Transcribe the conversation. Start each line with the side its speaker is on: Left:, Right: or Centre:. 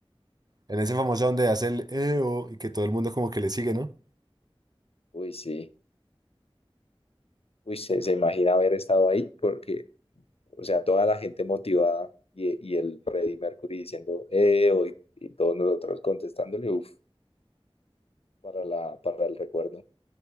Right: En ese famoso donde hace el EO y que todo el mundo como que le sigue, ¿no?
Left: Uy, sí, uy, se, se imagina haber estado ahí porque, o sea, toda la gente motivada y, y el Freddie Mercury diciendo, eh, hoy, y todos nosotros contestándole, uff, para la, para el recuerdo.